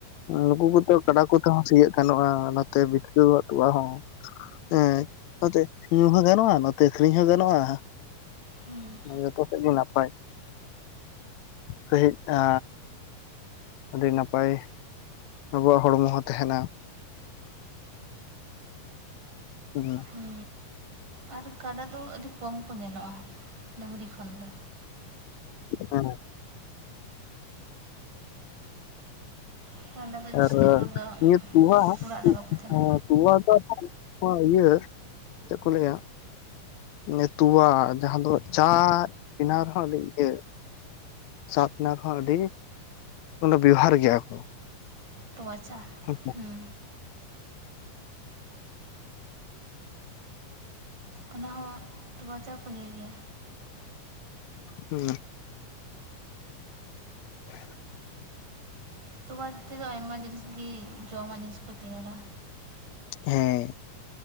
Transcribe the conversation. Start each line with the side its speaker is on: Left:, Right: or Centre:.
Left: ᱱᱩᱠᱩ ᱠᱚᱫᱚ ᱠᱟᱰᱟ ᱠᱚᱛᱮ ᱦᱚᱸ ᱥᱤᱭᱟᱹᱜ ᱜᱟᱱᱚᱜᱼᱟ ᱱᱟᱛᱮ ᱵᱤᱛᱠᱟᱹᱣᱟᱜ ᱛᱳᱣᱟ ᱦᱚᱸ ᱦᱮᱸ ᱱᱚᱛᱮ ᱧᱩ ᱦᱚᱸ ᱜᱟᱱᱚᱜᱼᱟ ᱱᱚᱛᱮ ᱟᱹᱠᱷᱨᱤᱧ ᱦᱚᱸ ᱜᱟᱱᱚᱜᱼᱟ
Right: ᱦᱩᱸ
Left: ᱦᱮᱸ ᱡᱚᱛᱚ ᱥᱮᱫ ᱜᱮ ᱱᱟᱯᱟᱭ ᱥᱟᱺᱦᱤᱡ ᱟ ᱟᱹᱰᱤ ᱱᱟᱯᱟᱭ ᱟᱵᱚᱣᱟᱜ ᱦᱚᱲᱢᱚ ᱦᱚᱸ ᱛᱟᱦᱮᱱᱟ ᱚ ᱦᱩ
Right: ᱦᱩᱸ ᱟᱨ ᱠᱟᱰᱟ ᱫᱚ ᱟᱹᱰᱤ ᱠᱚᱢ ᱠᱚ ᱧᱮᱞᱚᱜᱼᱟ ᱰᱟᱹᱝᱨᱤ ᱠᱷᱚᱱ ᱫᱚ
Left: ᱚᱠᱟᱨᱮ
Right: ᱠᱟᱰᱟ ᱫᱚ ᱡᱟᱹᱥᱛᱤ
Left: ᱟᱨ
Right: ᱦᱚᱲ ᱫᱚ
Left: ᱱᱤᱭᱟᱹ ᱛᱚᱣᱟ
Right: ᱚᱲᱟᱜ ᱨᱮ ᱵᱟᱠᱚ ᱛᱟᱦᱮᱱᱟ
Left: ᱚ ᱱᱚᱣᱟ ᱫᱚ ᱤᱭᱟᱹ ᱪᱮᱫ ᱠᱚ ᱞᱟᱹᱭᱟ ᱱᱮ ᱛᱚᱣᱟ ᱡᱟᱦᱟᱸ ᱫᱚ ᱪᱟ ᱵᱮᱱᱟᱣ ᱨᱮᱦᱚᱸ ᱟᱹᱰᱤᱴᱮ ᱥᱟᱵ ᱱᱟᱠᱚ ᱟᱹᱰᱤ ᱵᱮᱣᱦᱟᱨ ᱜᱮᱭᱟ ᱠᱚ
Right: ᱛᱚᱣᱟ ᱪᱟ
Left: ᱦᱩ
Right: ᱦᱩᱸ ᱚᱱᱟ ᱦᱚᱸ ᱛᱚᱣᱟ ᱪᱟ ᱠᱚ ᱧᱩᱭ ᱜᱮᱭᱟ
Left: ᱦᱩᱭ ᱠᱟᱱᱟ
Right: ᱛᱚᱣᱟ ᱛᱮᱫᱚ ᱟᱭᱢᱟ ᱡᱤᱱᱤᱥ ᱜᱮ ᱡᱚᱢᱟᱜ ᱡᱤᱱᱤᱥ ᱠᱚ ᱛᱮᱭᱟᱨᱟ
Left: ᱦᱮᱸ